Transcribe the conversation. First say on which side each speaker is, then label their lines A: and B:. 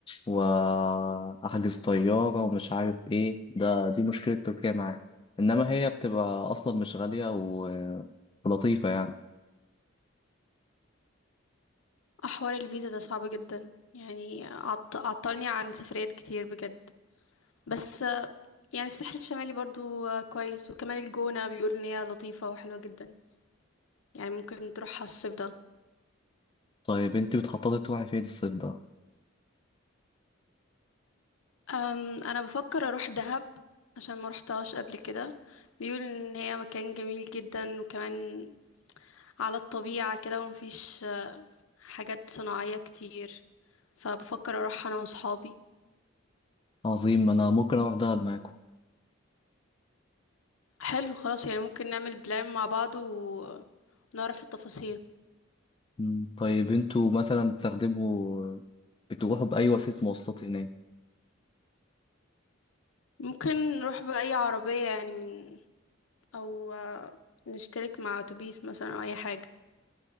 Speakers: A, on the left; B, on the left.
A: وأحجز طيارة ومش عارف إيه ده دي مشكلة تركيا معايا إنما هي بتبقى أصلا مش غالية و... ولطيفة يعني
B: احوار الفيزا ده صعب جدا يعني عط- عطلني عن سفريات كتير بجد بس آه، يعني الساحل الشمالي برضو آه، كويس وكمان الجونة بيقول ان هي لطيفة وحلوة جدا يعني ممكن تروحها الصيف ده
A: طيب أنتوا بتخططي تروحي فين الصيف ده؟
B: أم، انا بفكر اروح دهب عشان ما روحتهاش قبل كده بيقول ان هي مكان جميل جدا وكمان على الطبيعة كده ومفيش آه، حاجات صناعية كتير فبفكر اروح انا وصحابي
A: عظيم أنا ممكن أروح دهب معاكم
B: حلو خلاص يعني ممكن نعمل بلان مع بعض و- ونعرف التفاصيل
A: مم، طيب أنتوا مثلا بتستخدموا بتروحوا بأي وسيلة مواصلات هناك؟
B: ممكن نروح بأي عربية يعني من او آه، نشترك مع اتوبيس مثلا او اي حاجة